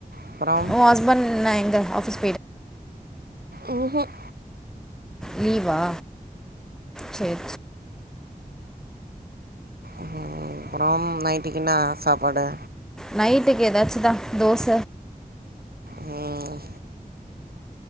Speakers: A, on the right (about 80°); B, in the centre.
A: அப்புறம்
B: ஒ ஹஸ்பண்ட் என்ன எங்க ஆஃபிஸ்
A: ம் ஹும்
B: லீவா சேரி
A: ம் அப்றம் நைட்டுக்கென்னா சாப்பாடு
B: நைட்டுக்கு எதாச்சுதா தோச
A: ம்